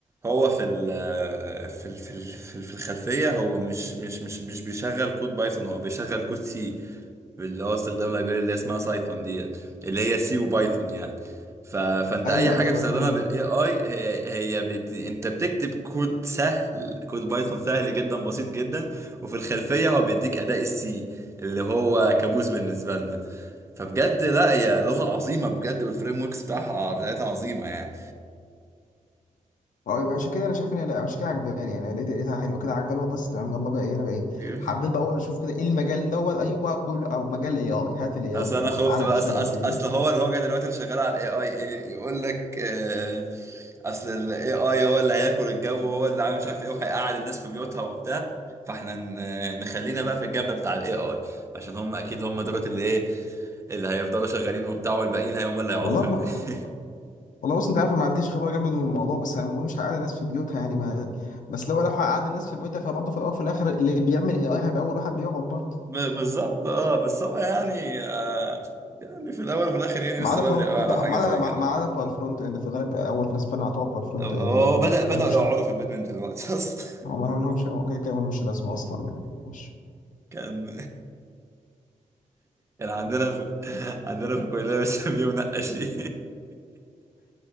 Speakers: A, on the right; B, on the left.
A: هو في ال آه، في ال في ال في ال- في الخلفية هو مش مش مش مش بيشغل كود بايثون هو بيشغل كود سي اللي هو استخدام لايبراري اللي اسمها سايثون دي اللي هي سي وبايثون يعني ف... فانت
B: ايوه
A: اي حاجه
B: ايوه
A: بتستخدمها
B: فاهم
A: بالاي اي هي, هي بت... انت بتكتب كود سهل كود بايثون سهل جدا بسيط جدا وفي الخلفيه هو بيديك اداء السي اللي هو كابوس بالنسبه لنا فبجد لا هي لغه عظيمه بجد والفريم وركس بتاعها بتاعتها عظيمه يعني
B: اه يبقى عشان كده انا شايف ان لا عشان كده عجباني يعني لقيت لقيتها حلوه كده حاجه حلوه بس تمام يلا بقى ايه انا بقى ايه
A: <laughs>
B: حبيت بقى اقول اشوف كده ايه المجال دوت ايوه كله او مجال اي اي هات الاي
A: اصل
B: اي دوت
A: انا خفت
B: تعالى
A: بقى
B: نشتغل
A: اصل اصل,
B: فيه
A: أصل هو الهوجه دلوقتي اللي شغاله على الاي اي ايه يقول لك آه، اصل الاي اي هو اللي هياكل الجو وهو اللي عامل مش عارف ايه وهيقعد الناس في بيوتها وبتاع فاحنا ن- نخلينا بقى في الجنب بتاع الاي اي عشان هم اكيد هم دولت اللي ايه اللي هيفضلوا شغالين وبتاع والباقيين هي هم اللي هيقعدوا
B: والله
A: في
B: ب...
A: البيت <laughs>
B: والله بص انت عارف أنا ما عنديش خبره جامد من الموضوع بس انا مش هقعد الناس في بيوتها يعني ما... بس لو لو هقعد الناس في بيوتها فبرضه في الاول وفي الاخر اللي بيعمل اي اي هيبقى اول واحد بيقعد برضه
A: ب- بالظبط اه بس هو يعني آه يعني في الاول وفي الاخر يعني
B: ما
A: لسه
B: عدا
A: بدري
B: فرونت
A: قوي على
B: ما
A: حاجه زي
B: عدا ما
A: كده
B: ما عدا بتوع الفرونت اند في الغالب اول ناس فعلا هتقعد بتوع الفرونت
A: هو
B: اند هم
A: هو
B: ولا
A: بدأ
B: ولا
A: بدأوا
B: مش
A: يقعدوا في البيت من دلوقتي اصلا
B: هم ما لهمش هو كده كده ولا مش لازمه اصلا يعني مش
A: <laughs> كان كان عندنا في <laughs> عندنا في الكلية بنسميه منقشين